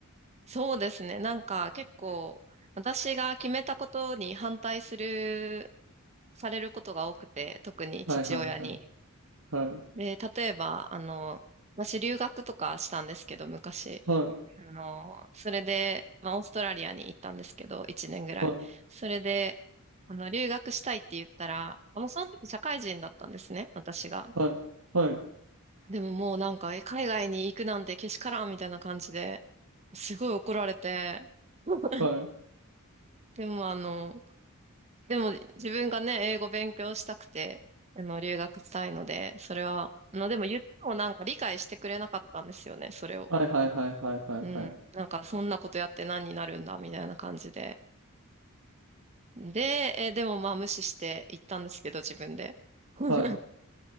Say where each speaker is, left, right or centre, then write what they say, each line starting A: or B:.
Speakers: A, on the right; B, on the right.
A: そうですね。なんか結構、私が決めたことに反対する、されることが多くて、特に父親に。
B: はいはいはい。はい。
A: で、例えば、あの、私留学とかしたんですけど、昔。
B: はい。
A: あの、それで、まあ、オーストラリアに行ったんですけど、1年ぐらい。
B: はい。
A: それで、あの、留学したいって言ったら、もうその時社会人だったんですね、私が。
B: はい。はい。
A: でももうなんか、え、海外に行くなんてけしからんみたいな感じで、すごい怒られて、<laughs>
B: はい。
A: でもあの、でも自分がね、英語勉強したくて、あの、留学したいので、それは、あの、でも言ってもなんか理解してくれなかったんですよね、それを。
B: はいはいはいはいはいはい。
A: うん。なんかそんなことやって何になるんだ、みたいな感じで。で、え、でもまあ無視して行ったんですけど、自分で。<laughs>
B: はい。